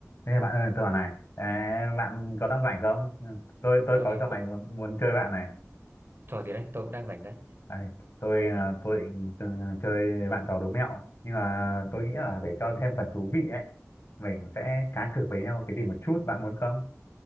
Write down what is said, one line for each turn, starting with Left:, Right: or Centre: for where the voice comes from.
Left: Ê bạn ơi, tôi bảo này, Ê, bạn có đang rảnh không? Ừ, Tôi tôi
Right: tôi
Left: có trò
Right: cũng
Left: này muốn muốn chơi bạn này.
Right: trò gì đấy tôi cũng đang rảnh đấy
Left: Đây, tôi à, tôi định ừ, chơi bạn trò đố mẹo, nhưng mà tôi nghĩ là để cho thêm phần thú vị ấy, mình sẽ cá cược với nhau cái gì một chút, bạn muốn không?